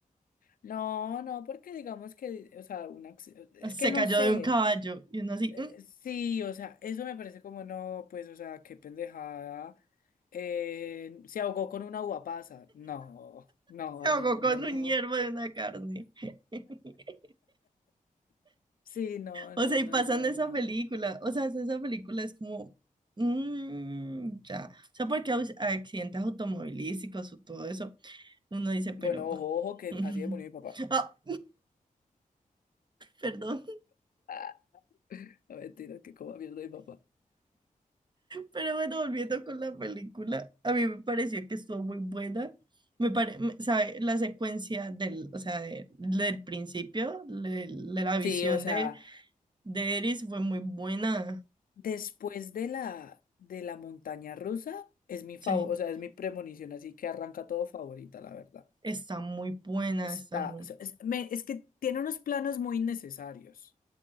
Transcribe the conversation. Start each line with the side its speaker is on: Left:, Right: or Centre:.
Left: No, no, porque digamos que, o sea, un acci- es
Right: se
Left: que no
Right: cayó
Left: sé.
Right: de un caballo. Y uno así,
Left: Eh,
Right: "Mm,
Left: Sí, o sea, eso me parece como no, pues, o sea, qué pendejada. Eh, se ahogó con una uva pasa. No, no,
Right: se ahogó
Left: no,
Right: con
Left: no, no.
Right: un hierbo de una carne. <laughs>
Left: Sí, no,
Right: O
Left: no,
Right: sea, y
Left: no,
Right: pasan
Left: no,
Right: esa
Left: no.
Right: película. O sea, esa película es como, "Mm, ya. O sea, porque aus- accidentes automovilísticos o todo eso, uno dice, pero...
Left: Bueno, ojo, ojo, que
Right: <laughs>
Left: así de murió mi papá.
Right: Ah, perdón.
Left: Ah, <laughs> no, mentira, que como mierda mi papá.
Right: Pero bueno, volviendo con la película, a mí me pareció que estuvo muy buena. Me pare, me- sabe, la secuencia del, o sea, de- del principio, le- le- la
Left: Sí,
Right: visión
Left: o sea.
Right: de, de Eris fue muy buena.
Left: Después de la, de la montaña rusa, es mi favor,
Right: Sí,
Left: o sea, es mi premonición, así que arranca todo favorita, la verdad.
Right: está muy buena,
Left: Está,
Right: está muy...
Left: o sea, es, me- es que tiene unos planos muy innecesarios.